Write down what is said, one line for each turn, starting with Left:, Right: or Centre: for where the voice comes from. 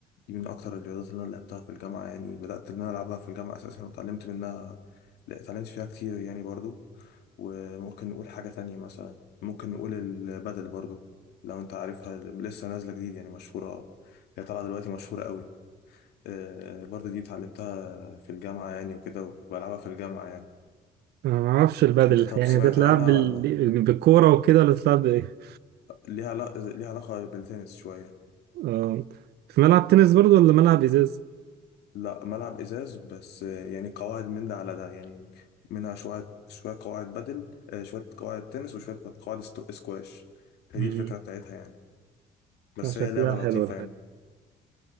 Left: دي من اكتر الرياضات اللي انا لعبتها في الجامعه يعني بدات ان انا العبها في الجامعه اساسا وتعلمت منها لا اتعلمت فيها كتير يعني برضو وممكن نقول حاجة تانية مثلا ممكن نقول البدل برضو لو انت عارفها لسه نازلة جديد يعني مشهورة آه. هي طالعة دلوقتي مشهورة قوي آه، آه، برضو دي اتعلمتها في الجامعة يعني وكده وبلعبها في الجامعة يعني
Right: انا ما اعرفش البادل
Left: انت طب
Right: يعني
Left: سمعت
Right: تتلعب
Left: عنها
Right: بال...
Left: ولا
Right: بالكوره وكده ولا تتلعب بايه
Left: ليها علا- ليها علاقة بالتنس شوية
Right: آه، في ملعب تنس برضو ولا ملعب ازاز
Left: لا ملعب ازاز بس آه، يعني قواعد من ده على ده يعني منها شوية شوية قواعد بدل آه، شوية قواعد تنس وشوية قواعد استو- سكواش هي
Right: مم.
Left: دي الفكرة بتاعتها يعني بس
Right: آه، شكلها
Left: هي لعبة
Right: حلو
Left: لطيفة
Right: الحاجه
Left: يعني